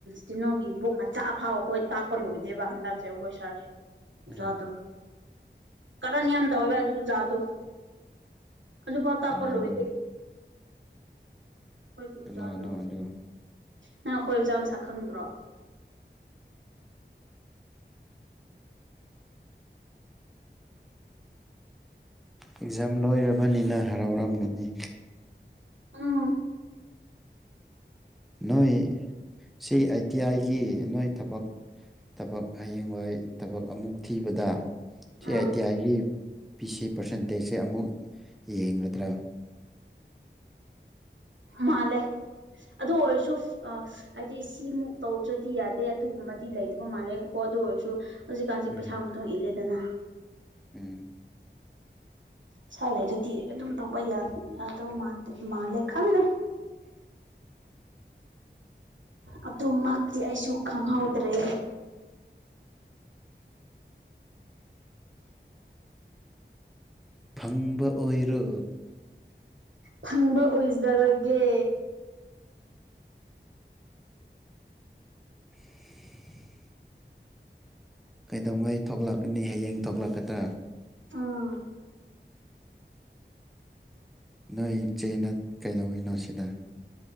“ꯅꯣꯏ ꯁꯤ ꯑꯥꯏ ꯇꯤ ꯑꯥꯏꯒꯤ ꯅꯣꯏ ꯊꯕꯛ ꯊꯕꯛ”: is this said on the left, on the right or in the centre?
Centre